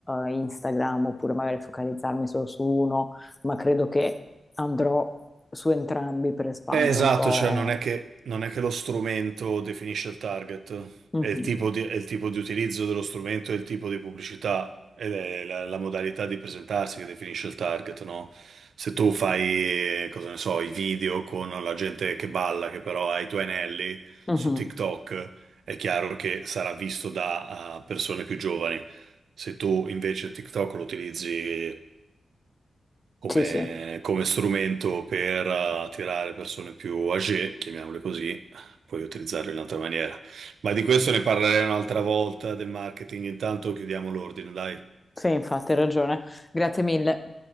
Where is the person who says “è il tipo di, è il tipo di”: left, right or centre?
Right